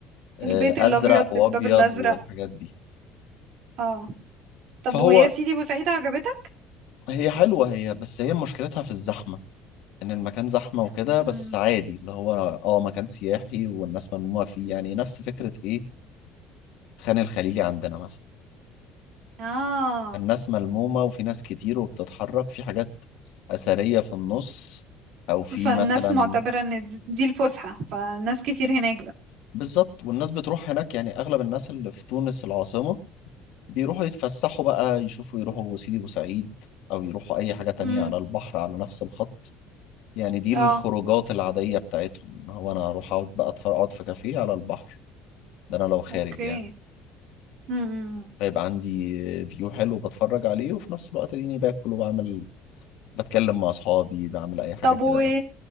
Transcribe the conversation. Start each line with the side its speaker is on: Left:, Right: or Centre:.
Left: آه،
Right: البيت الابيض
Left: ازرق
Right: بالباب
Left: وابيض
Right: الازرق
Left: والحاجات دي
Right: اه طب
Left: فهو
Right: وهي سيدي بوسعيد عجبتك
Left: هي حلوه هي بس هي مشكلتها في الزحمه ان المكان زحمه وكده
Right: مم.
Left: بس عادي اللي هو اه مكان سياحي والناس ملمومه فيه يعني نفس فكره ايه خان الخليلي عندنا مثلا
Right: اه
Left: الناس ملمومه وفي ناس كتير وبتتحرك في حاجات اثريه في النص او في
Right: فالناس
Left: مثلا
Right: معتبرة ان دي الفسحة فناس كتير هناك بقى
Left: بالظبط والناس بتروح هناك يعني اغلب الناس اللي في تونس العاصمه بيروحوا يتفسحوا بقى يشوفوا يروحوا سيدي بوسعيد او يروحوا اي حاجه تانية
Right: امم
Left: على البحر على نفس الخط يعني دي
Right: اه
Left: الخروجات العادية بتاعتهم ان هو انا اروح اقعد بقى اتفرج اقعد في كافيه على البحر ده انا لو خارج
Right: اوكي
Left: يعني
Right: امم
Left: فيبقى عندي فيو حلو بتفرج عليه وفي نفس الوقت اديني باكل وبعمل بتكلم مع اصحابي بعمل اي حاجة
Right: طب
Left: كده
Right: و
Left: يعني